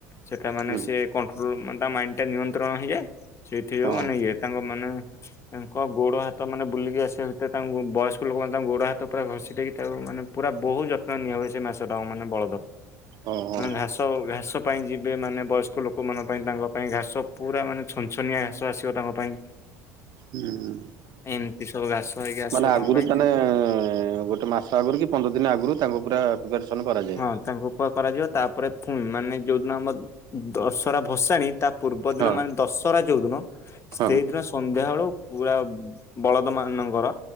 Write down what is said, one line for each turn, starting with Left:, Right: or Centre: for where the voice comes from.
Left: ସେଟା ମାନେ
Right: ହୁଁ
Left: ସେ କଣ୍ଟ୍ରୋଲ ମାନେ ତା ମାଇଣ୍ଡ ଟା ନିୟନ୍ତ୍ରଣ ହେଇଯାଏ, ସେଇଥି ଯୋଉ
Right: ହଁ
Left: ମାନେ ଇଏ ତାଙ୍କ ମାନେ ତାଙ୍କ ଗୋଡ ହାତ ମାନେ ବୁଲିକି ଆସିବା ଭିତରେ ତାଙ୍କୁ ବୟସ୍କ ଲୋକମାନେ ତାଙ୍କୁ ଗୋଡ଼ ହାତ ପୁରା ଘଷି ଦେଇକି, ତାକୁ ମାନେ ପୁରା ବହୁ ଯତ୍ନ ନିଆ ହୁଏ ସେ ମାସଟା ମାନେ ବଳ
Right: ଓହୋ
Left: ମାନେ ଘାସ ଘାସ ପାଇଁ ଯେମ୍ ଏବେ ମାନେ ବୟସ୍କ ଲୋକମାନଙ୍କ ପାଇଁ ତାଙ୍କ ପାଇଁ ଘାସ ପୁରା ମାନେ ଛନଛନିଆ ଘାସ ଆସିବ ତାଙ୍କ ପାଇଁ
Right: ହୁଁ।
Left: ଏମିତି ସବୁ ଘାସ ହେଇକି ଆସିବ
Right: ମାନେ
Left: ତାଙ୍କ
Right: ଆଗୁରୁ
Left: ପାଇଁ
Right: ତାହେନେ ଗୋଟେ ମାସ ଆଗରୁ କି ପନ୍ଦର ଦିନ ଆଗୁରୁ ତାଙ୍କୁ ପୁରା ପ୍ରିପାରେସନ କରାଯାଏ।
Left: ହଁ ତାଙ୍କୁ ଉପ କରାଯିବ ତାପରେ ଫୁଣ ମାନେ ଯୋଉଦିନ ଆମ ଦଶହରା ଭସାଣି ତା ପୂର୍ବ ଦିନ
Right: ହଁ
Left: ମାନେ ଦଶହରା ଯୋଉ ଦିନ,
Right: ହଁ
Left: ସେଇଦିନ ସନ୍ଧ୍ୟାବେଳୁ ପୁରା ବଳଦ ମାନଙ୍କର